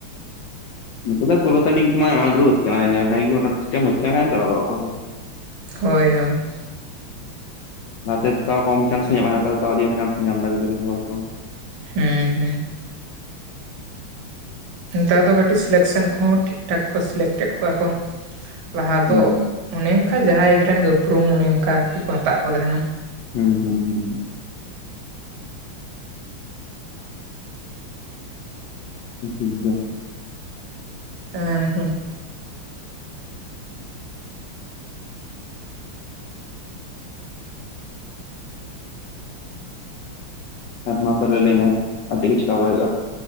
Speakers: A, on the left; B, on the right.
A: <unintelligible> ᱫᱚ ᱠᱳᱞᱠᱟᱛᱟ ᱞᱟᱹᱜᱽ ᱢᱟ ᱟᱭᱢᱟ ᱜᱤᱫᱽᱨᱟᱹ ᱠᱚ ᱜᱟᱛᱮᱜ ᱠᱟᱱᱟ᱾ ᱡᱟᱦᱟᱸᱭ ᱜᱮ <unintelligible> ᱜᱟᱛᱮ ᱞᱮᱱ ᱠᱷᱟᱱ ᱪᱟᱞᱟᱣ ᱜᱚᱫᱟᱜ-ᱟ᱾
B: ᱦᱳᱭ ᱦᱳᱭ᱾
A: ᱞᱟᱦᱟ ᱛᱮ ᱛᱟᱣ ᱠᱚᱢ ᱪᱟᱱᱥ ᱠᱚ ᱧᱟᱢ, <unintelligible> ᱟᱹᱰᱤ ᱟᱭᱢᱟ ᱪᱟᱱᱥ ᱠᱚ ᱧᱟᱢ ᱫᱟ ᱜᱤᱫᱽᱨᱟᱹ ᱠᱚ
B: ᱦᱩᱸ ᱦᱩᱸ᱾ ᱱᱮᱛᱟᱨ ᱫᱚ ᱠᱟᱴᱤᱡ ᱥᱤᱞᱮᱠᱥᱮᱱ ᱠᱚᱦᱚᱸ ᱴᱷᱤᱠ ᱴᱷᱟᱠ ᱠᱚ ᱥᱤᱞᱮᱠᱴ ᱮᱫ ᱠᱚᱣᱟ ᱠᱚ᱾ ᱞᱟᱦᱟ ᱫᱚ
A: ᱦᱩᱸ
B: ᱚᱱᱮ ᱚᱱᱠᱟ ᱡᱟᱦᱟᱸᱭ ᱜᱮᱨᱮᱱ ᱩᱯᱨᱩᱢ ᱚᱱᱮ ᱚᱱᱠᱟ ᱜᱮᱠᱚ ᱦᱟᱛᱟᱣ ᱮᱫ ᱠᱚ ᱛᱟᱦᱮᱱᱟ᱾
A: ᱦᱩᱸ ᱦᱩᱸ ᱦᱩᱸ᱾ ᱦᱩᱸ ᱴᱷᱤᱠ ᱜᱮᱭᱟ᱾
B: ᱮᱸ ᱦᱮᱸ᱾
A: ᱟᱨ ᱢᱟ ᱛᱚᱵᱮ ᱞᱟᱹᱭ ᱢᱮ ᱟᱨ ᱪᱮᱫ ᱠᱚ ᱪᱤᱠᱟ ᱵᱟᱲᱟᱭ ᱦᱩᱭᱩᱜᱼᱟ